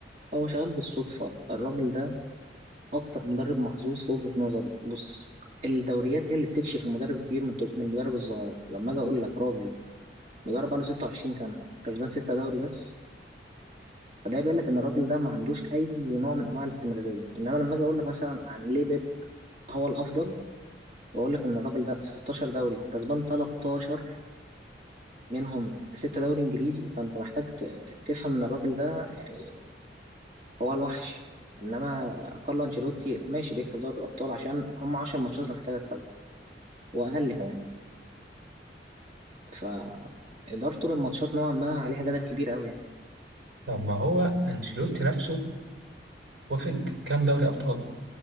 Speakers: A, on the right; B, on the right.
A: هو شغال بالصدفة الراجل ده أكتر مدرب محظوظ في وجهة نظري بص الدوريات هي اللي بتكشف المدرب الكبير من الد- من المدرب الصغير لما أجي أقول لك راجل بيدرب بقاله 26 سنة كسبان ستة دوري بس فده بيقول لك إن الراجل ده ما عندوش أي نوع من أنواع الاستمرارية إنما لما أجي أقول لك مثلا عن ليه بيب هو الأفضل وأقول لك إن الراجل ده في 16 دوري كسبان 13 منهم ستة دوري إنجليزي فأنت محتاج ت- ت- تفهم إن الراجل ده يعني هو الوحش إنما كارلو أنشيلوتي ماشي بيكسب دوري الأبطال عشان هم 10 ماتشات اللي محتاج أكسبهم وأقل كمان فإدارته للماتشات نوعا ما عليها جدل كبير أوي يعني
B: طب ما هو أنشيلوتي نفسه واخد كام دوري أبطال